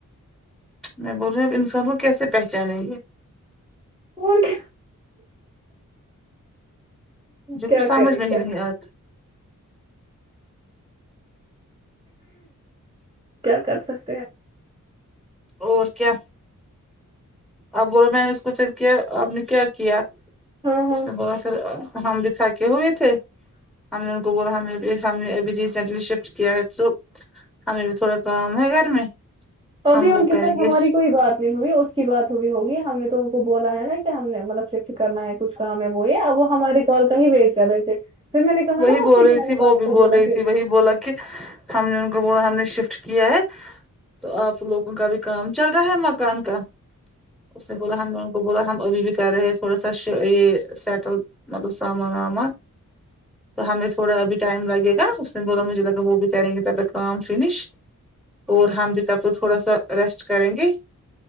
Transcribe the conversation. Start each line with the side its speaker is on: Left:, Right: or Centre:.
Centre: میں بول رہی اب انسان کو کیسے پہچانیگے
Right: اور کیا
Centre: مجھے
Right: کیا
Centre: کچھ سمجھ
Right: کرے
Centre: میں
Right: کیا
Centre: نہیں آ
Right: کیا کر سکتے ہیں
Centre: اور کیا اب بولو میں نے اس کو پھر کیا آپ نے کیا کیا
Right: ہاں
Centre: اس
Right: ہاں
Centre: نے بولا پھر ہم بھی تھا کے ہوئے تھے ہم نے ان کو بولا ہمیں بھی ہم نے ابھی ریسینٹلی شفٹ کیا ہے تو ہمیں بھی تھوڑا کام ہے گھر میں
Right: توبھی
Centre: ہم
Right: ان
Centre: وہ
Right: کے
Centre: کریں
Right: ساتھ
Centre: گے
Right: ہماری کوئی بات نہیں ہوئی اس کی بات ہوئی ہوگی ہم نے تو ان کو بولا ہے نا کہ ہم نے مطلب شفٹ کرنا ہے کچھ کام ہے وہ یہ وہ ہمارے کال کا ہی وائٹ کر رہے تھے پھر میں نے کہا
Centre: وہی
Right: نا
Centre: بول
Right: آپ سے
Centre: رہی
Right: کہ میں
Centre: تھی
Right: نے
Centre: وہ
Right: پاپا
Centre: بھی
Right: کو
Centre: بول
Right: بولا
Centre: رہی تھی وہی بولا کی ہم نے ان کو بولا ہم نے شفٹ کیا ہے تو آپ لوگوں کا بھی کام چل رہا ہے مکان کا اس نے بولا ہم لوگوں بولا ہم ابھی بھی کر رہے تھوڑا سا یہ سیٹل مگر سامان وامان تو ہمیں تھوڑا ابھی ٹائم لگے گا اس دن بولا مجھے لگا وہ بھی کریں گے کام فینش اور ہم جب تک تھوڑا سا ریسٹ کریں گے